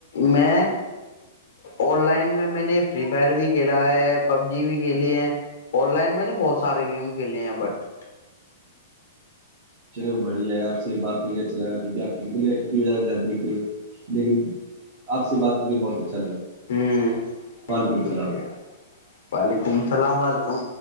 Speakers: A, on the left; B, on the right.
A: میں آن لائن میں میں نے فری فائر بھی کھیلا ہے پب جی بھی کھیلی ہے آن لائن میں نے بہت سارے گیم کھیلے ہیں بٹ
B: چلو بڑھیا ہے آپ سے بات کر کے اچھا لگا کیکہ آپ جتنے دھیان دیتے ہو لیکن آپ سے بات کر کے بہت اچھا
A: ہ تھینک
B: وعلیکم السلام
A: یو بھائی جان، وعلیکم السلام و علیکم